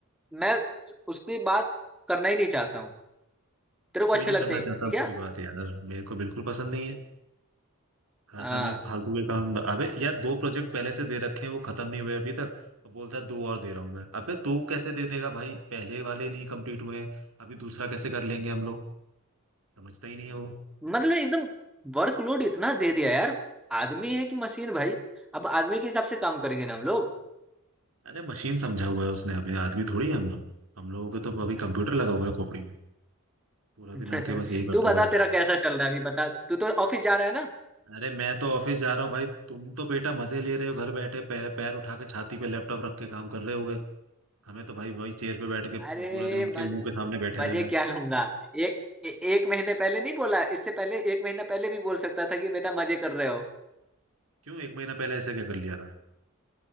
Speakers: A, in the centre; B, on the right (about 70°).
A: मैं उसकी बात करना ही नहीं चाहता हूँ तेरे
B: अरे
A: को
B: कोई
A: अच्छे
B: नहीं
A: लगते
B: करना
A: हैं
B: चाहता
A: क्या
B: उसकी बात यार मेरे को बिल्कुल पसंद नहीं है खासा
A: हाँ
B: मैं फालतू के काम अबे यार दो प्रोजेक्ट पहले से दे रखे हैं वो खत्म नहीं हुए अभी तक और बोलता है दो और दे रहा हूँ मैं अबे दो कैसे दे देगा भाई पहले वाले नहीं कंप्लीट हुए हैं अभी दूसरा कैसे कर लेंगे हम लोग समझता ही नहीं है वो
A: मतलब एकदम वर्कलोड इतना दे दिया यार आदमी है कि मशीन भाई अब आदमी के हिसाब से काम करेंगे ना हम लोग
B: अरे मशीन समझा हुआ है उसने हमें आदमी थोड़ी है हम लोग हम लोगों को तो अभी कंप्यूटर लगा हुआ है खोपड़ी में पूरा
A: <laughs>
B: दिन आके बस यही करते
A: तू बता
B: रहो
A: तेरा कैसा चल रहा है अभी बता तू तो ऑफिस जा रहा है ना
B: अरे मैं तो ऑफिस जा रहा हूँ भाई तुम तो बेटा मजे ले रहे हो घर बैठे पैर पैर उठा के छाती पे लैपटॉप रख के काम कर रहे होगे हमें तो भाई वही चेयर पे बैठ के
A: अरे
B: पूरा दिन उनके
A: मज
B: मुंह के सामने बैठे
A: मजे
B: रहना है।
A: क्या लूंगा एक ए, एक महीने पहले नहीं बोला इससे पहले एक महीना पहले भी बोल सकता था कि बेटा मजे कर रहे हो
B: क्यों एक महीना पहले ऐसे क्या कर लिया था